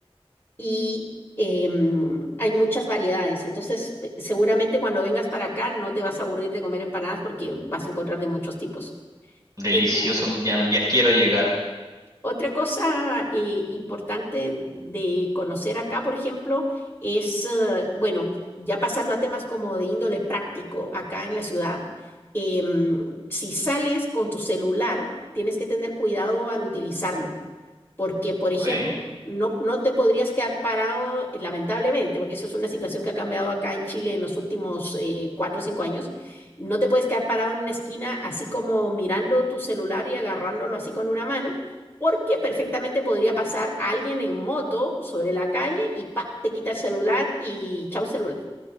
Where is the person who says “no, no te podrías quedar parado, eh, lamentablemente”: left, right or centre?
Left